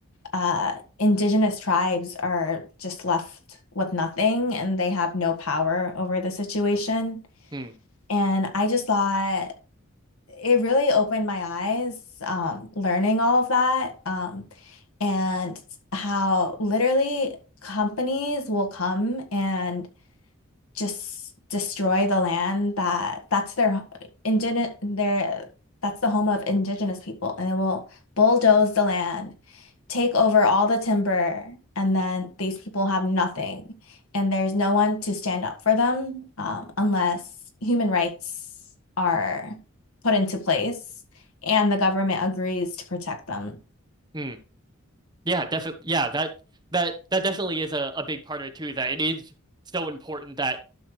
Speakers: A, on the left; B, on the right.
A: uh, indigenous tribes are just left with nothing and they have no power over the situation.
B: mm,
A: And I just thought it really opened my eyes um, learning all of that. Um, and how literally companies will come and just destroy the land that that's their indigenous their that's the home of indigenous people and it will bulldoze the land, take over all the timber, and then these people have nothing and there's no one to stand up for them um, unless human rights are put into place and the government agrees to protect them.
B: mm. Yeah, definitely. Yeah, that that that definitely is a, a big part of it too, that it is so important that